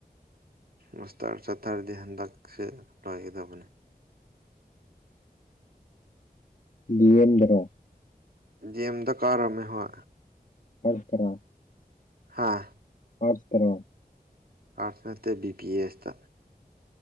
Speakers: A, on the right (about 70°); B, on the left (about 50°).
A: ꯃꯁꯇꯔ ꯆꯠꯊꯔꯗꯤ ꯍꯟꯗꯛꯁꯦ ꯂꯣꯏꯒꯗꯕꯅꯤ
B: ꯂꯌꯦꯟꯗ꯭ꯔꯣ
A: ꯌꯦꯦꯝꯗ ꯀꯥꯔꯝꯃꯦꯍ
B: ꯍꯜ ꯇꯔꯥ
A: ꯍꯥꯥ
B: ꯄꯇ꯭ꯔꯣ
A: ꯑꯥꯔꯊꯅꯦꯦ B P A ꯏꯁꯁꯇ